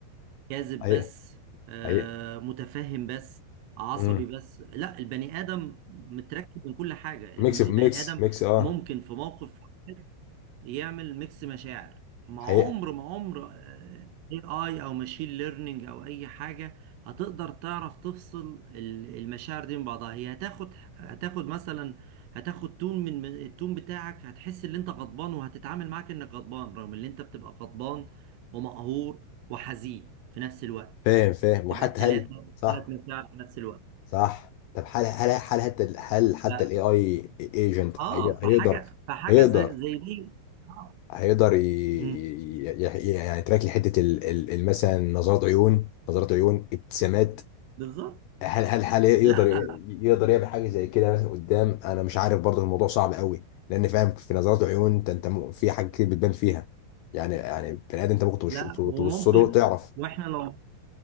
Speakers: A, on the right; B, on the left.
A: كاذب
B: حقيقه
A: بس آه
B: حقيقه
A: متفهم بس عصبي
B: امم
A: بس لا البني ادم متركب من كل حاجه الب-
B: ميكس
A: البني
B: ميكس
A: ادم
B: ميكس اه
A: ممكن في موقف يعمل ميكس مشاعر ما
B: حقيقه
A: عمر ما عمر اي اي او ماشين ليرنينج او اي حاجه هتقدر تعرف تفصل ال- المشاعر دي من بعضها هي هتاخد هتاخد مثلا هتاخد تون من من التون بتاعك هتحس ان انت غضبان وهتتعامل معاك انك غضبان رغم ان انت بتبقى غضبان ومقهور وحزين في نفس الوقت
B: فاهم فاهم وحتى
A: تبقى التلاتة
B: هل
A: التلات
B: صح
A: مشاعر في نفس الوقت
B: صح طب هل هل هل حتى هل حتى
A: ف...
B: الاي اي ايجنت
A: اه
B: هيقدر
A: فحاجه فحاجه
B: هيقدر
A: زي, زي دي اه
B: هيقدر ي- ي-
A: مم.
B: ي- يعني يتراك لي حته ال- ال- ال- مثلا نظرات عيون نظرات عيون ابتسامات
A: بالظبط
B: هل هل هل يقدر
A: لا
B: يقدر يعمل حاجه زي كده مثلا قدام انا مش عارف برضه الموضوع صعب قوي لان فاهم في نظرات العيون انت انت م- في حاجات كتير بتبان فيها يعني يعني بني ادم انت ممكن تبص
A: لا وممكن
B: تبص له تعرف
A: واحنا لو